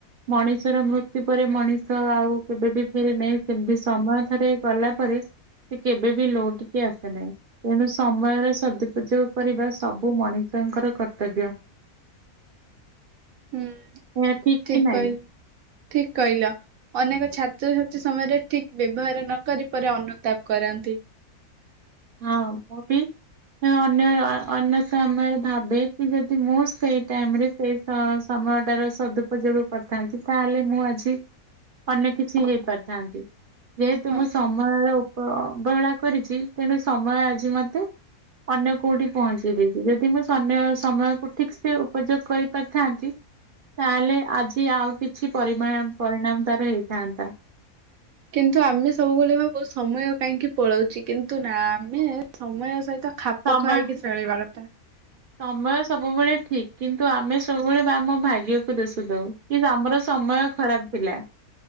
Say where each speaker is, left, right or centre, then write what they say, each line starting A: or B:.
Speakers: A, on the right; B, on the right.
A: ମଣିଷର ମୃତ୍ୟୁ ପରେ ମଣିଷ ଆଉ କେବେ ବି ଫେରେନାହି ସେମିତି ସମୟ ଥରେ ଗଲା ପରେ ସେ କେବେ ବି ଲୋଉଟି କି ଆସେ ନାହିଁ। ତେଣୁ ସମୟର ସଦଉପଯୋଗ କରିବା ସବୁ ମଣିଷଙ୍କର କର୍ତ୍ତବ୍ୟ
B: ହୁଁ
A: ଏହା
B: ଠିକ
A: କି ନାଇଁ?
B: କହିଲ ଠିକ କହିଲ। ଅନେକ ଛାତ୍ରଛାତ୍ରୀ ସମୟରେ ଠିକ୍ ବ୍ୟବହାର ନ କରି ପରେ ଅନୁତାପ୍ କରାନ୍ତି।
A: ହଁ ମୁଁ ବି ହେଁ ଅନ୍ୟୟ ଅନ୍ୟ ସମୟରେ ଭାବେ କି ଯଦି ମୁଁ ସେଇ ଟାଇମ୍ ରେ ତେଇସ୍ ହଁ ସମୟଟାର ସଦଉପଯୋଗ କରିଥାନ୍ତି ତା ହେଲେ ମୁଁ ଆଜି ଅନେକ୍ କିଛି ହେଇପାରିଥାନ୍ତି। ଯେହେତୁ
B: ହଁ
A: ମୁଁ ସମୟର ଉପ ଅବହେଳା କରିଛି। ତେଣୁ ସମୟ ଆଜି ମତେ ଅନ୍ୟ କୋଉଠି ପହଁଚେଇ ଦେଇଛି ଯଦି ମୁଁ ସନ୍ୟ ସମୟକୁ ଠିକ୍ ସେ ଉପଯୋଗ୍ କରି ପାରିଥାନ୍ତି। ତାହେଲେ ଆଜି ଆଉ କିଛି ପରିମାମ୍ ପରିଣାମ୍ ତାରେ ହେଇଥାନ୍ତା।
B: କିନ୍ତୁ ଆମେ ସବୁବେଳେ ଭାବୁ ସମୟ କାହିଁକି ପଳଉଛି କିନ୍ତୁ ନା ଆମେ ସମୟ ସହିତ ଖାପ
A: ସମୟ
B: ଖାଇକି ଚଳେଇବା କଥା।
A: ସମୟ ସବୁବେଳେ ଠିକ୍ କିନ୍ତୁ ଆମେ ସବୁବେଳେ ବାମ ଭାଗ୍ୟକୁ ଦୋଷ ଦଉ କି ବା ଆମର ସମୟ ଖରାପ୍ ପିଲା।